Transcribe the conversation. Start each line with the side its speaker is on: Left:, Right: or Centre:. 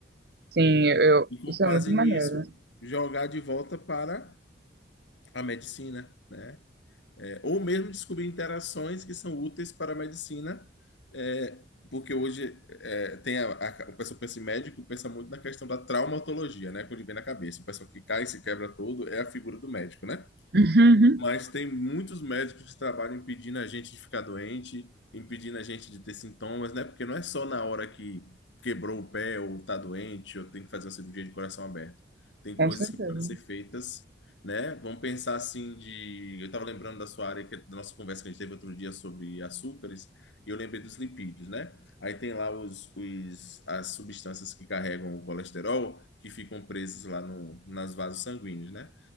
Right: Sim, eu,
Left: e com
Right: isso
Left: base
Right: é muito maneiro.
Left: nisso jogar de volta para a medicina, né? É, ou mesmo descobrir interações que são úteis para a medicina, é, porque hoje é, tem a, a, o pessoal pensa em médico, pensa muito na questão da traumatologia, né? Quando ele vem na cabeça, o pessoal que cai e se quebra todo é a figura do médico, né?
Right: <laughs>
Left: Mas tem muitos médicos que trabalham impedindo a gente de ficar doente, impedindo a gente de ter sintomas, né? Porque não é só na hora que quebrou o pé ou tá doente ou tem que fazer uma cirurgia de coração aberto. Tem
Right: Com
Left: coisas
Right: certeza.
Left: que podem ser feitas, né? Vamos pensar assim de... Eu estava lembrando da sua área, que, é da nossa conversa que a gente teve outro dia sobre açúcares, e eu lembrei dos lipídios, né? Aí tem lá os, os, as substâncias que carregam o colesterol, que ficam presas lá no, nas vasos sanguíneos, né?